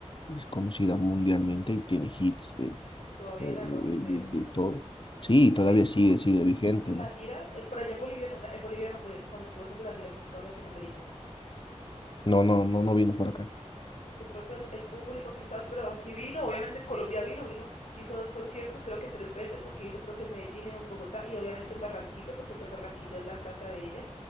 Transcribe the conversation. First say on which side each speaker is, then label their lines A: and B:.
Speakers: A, on the left; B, on the left.
A: es conocida mundialmente y tiene hits eh,
B: todavía
A: eh,
B: la
A: de,
B: rompe.
A: de- de todo.
B: Viste
A: Sí,
B: que
A: todavía
B: ya hizo,
A: sigue, sigue vigente,
B: hizo la
A: ¿no?
B: gira, eh, por allá en Bolivia, no, en Bolivia no fue, ¿no? cuando estuvo haciendo la gira por toda Latinoamérica.
A: No, no, no, no vino por acá.
B: De pronto el, el público quizás, pero aquí vino, obviamente en Colombia vino, vino, hizo dos conciertos, creo que tres fechas, porque hizo creo que en Medellín, en Bogotá y obviamente en Barranquilla, porque pues Barranquilla es la casa de ella.